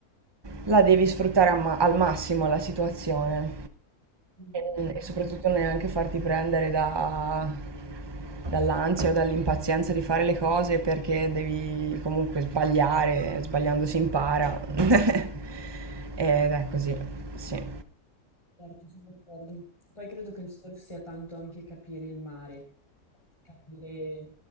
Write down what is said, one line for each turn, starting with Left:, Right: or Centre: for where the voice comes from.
Right: la devi sfruttare al ma- al massimo la situazione
Left: Mm.
Right: e, e soprattutto neanche farti prendere da dall'ansia o dall'impazienza di fare le cose perché devi comunque sbagliare, sbagliando si impara. <laughs> Ed è così, sì.
Left: Certo, sono d'accordo. Poi credo che il surf sia tanto anche capire il mare, capire